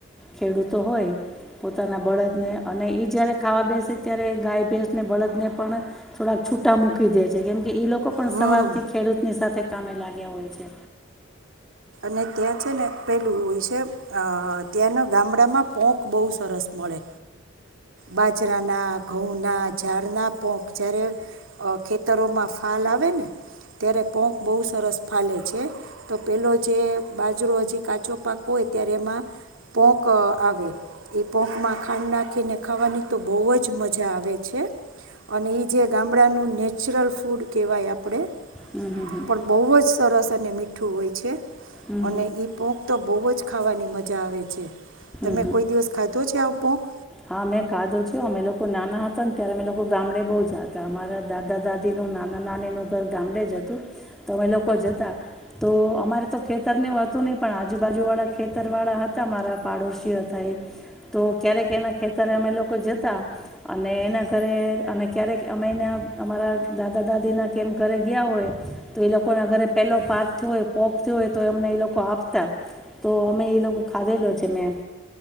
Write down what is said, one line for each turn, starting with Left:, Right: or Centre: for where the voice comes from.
Centre: ખેડૂતો હોય પોતાના બળદને અને ઈ જયારે ખાવા બેસે ત્યારે ગાય ભેસ ને બળદ ને પણ થોડાક, છૂટા મૂકી દે છે કેમ કે લોકો પણ
Right: હં
Centre: સવારથી ખેડૂતની સાથે કામે લાગ્યા હોય છે.
Right: અને ત્યાં છે ને પેલું હોય છે અ ત્યાંનો ગામડામાં પોંખ બહુ સરસ મળે. બાજરા ના ઘઉં ના ઝાડના પોંખ જયારે, ખેતરોમાં ફાલ આવે ને ત્યારે પોંખ બહુ સરસ ફાલે છે. તો પેલો જે બાજરો હજી કાચો પાક હોય ત્યારે એમાં, પોંક આવે, એ પોંકમાં ખાંડ નાખીને ખાવાની તો બહુ જ મજા આવે છે. અને ઈ જે ગામડાનું ને નેચરલ ફૂડ કહેવાય આપણે
Centre: હમ હમ હમ
Right: પણ બહ જ સરસ તને મીઠું હોય છે.
Centre: હમ
Right: અને ઈપોખ તો બહુ જ ખાવાની મજા આવે છે. તમે
Centre: હમ
Right: કોઈ દિવસ ખાધો છે આવ પોખ?
Centre: હા મેં ખાધો છ અમે લોકો નાના હતા ને ત્યારે અમે લોકો ગામડે બહુ જ હતા અમારા દાદા દાદીનું નાના નાની ન ઘર ગામડે જ હતું તો અમે લોકો જતા તો અમારે તો ખેતરને હતું નહ પણ આજુબાજુ વાળા ખેતર વાળા હતા મારા પાડોશીઓ થાય તો ક્યારેક એના ખેતરે અમે એ લોકો જતા અને એના ઘરે અને ક્યારેક અમે એને અમારા દાદા દાદીના કેમ ઘરે ગયા હોય તો એ લોકોના ઘરે પહેલો પાાર્ક થયો હોય પોક થયો હોય તો અમને એ લોકો આપતા તો અમે એ લોકો ખાધેલો તને